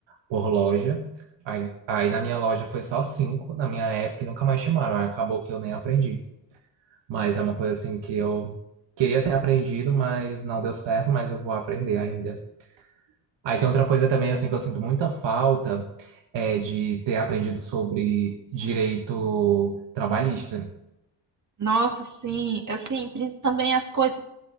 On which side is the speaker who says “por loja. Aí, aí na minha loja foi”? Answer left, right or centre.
Right